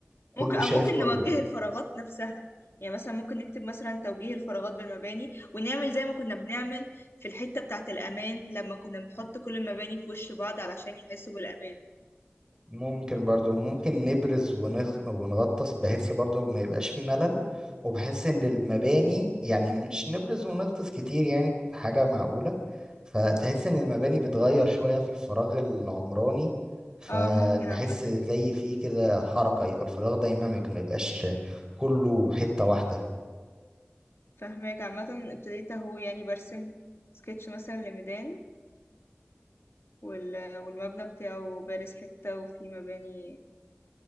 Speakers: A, on the right; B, on the left.
A: كله
B: ممكن او
A: شايف
B: ممكن
A: كله
B: نوجه الفراغات نفسها يعني مثلا ممكن نكتب مثلا توجيه الفراغات بالمباني ونعمل زي ما كنا بنعمل في الحتة بتاعة الأمان لما كنا بنحط كل المباني في وش بعض علشان يحسوا بالأمان
A: ممكن برضو ممكن نبرز ونخ... ونغطس بحيث برضو ما يبقاش في ملل وبحيث ان المباني يعني مش نبرز ونغطس كتير يعني بحاجة معقولة فتحس ان المباني بتغير شوية في الفراغ العمراني فنحس
B: اه ممكن عامة
A: زي فيه كده حركة يبقى الفراغ دايناميك ما يبقاش كله حتة واحدة
B: فهماك عامة ابتديت اهو يعني برسم سكتش مثلا لميدان وال... والمبنى بتاعه بارز حتة وفي مباني